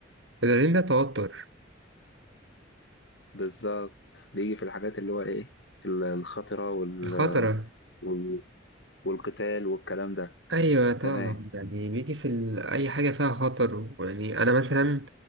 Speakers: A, on the right; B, on the left.
A: الادرينالين ده توتر
B: بالظبط بيجي في الحاجات اللي هو إيه ال- الخطرة وال...
A: الخطره
B: وال... والقتال والكلام ده
A: ايوه طبعا
B: تمام
A: يعني بيجي في ال... اي حاجه فيها خطر يعني انا مثلا